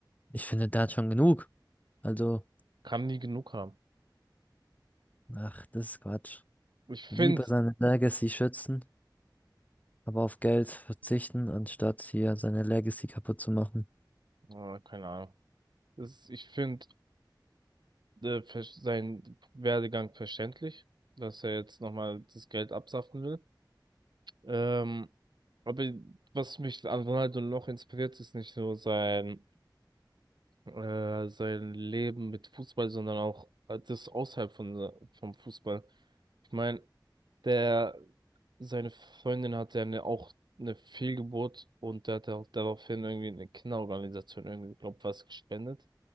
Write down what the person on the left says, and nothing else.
ich finde, der hat schon genug. Also,
ach, das ist Quatsch.
Lieber seine Legacy schützen, aber auf Geld verzichten, anstatt hier seine Legacy kaputt zu machen.